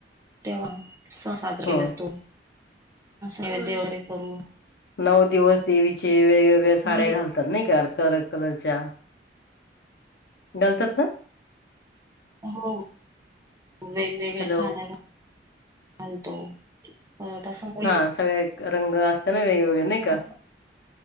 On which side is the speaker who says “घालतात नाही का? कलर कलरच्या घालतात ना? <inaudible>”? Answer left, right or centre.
Left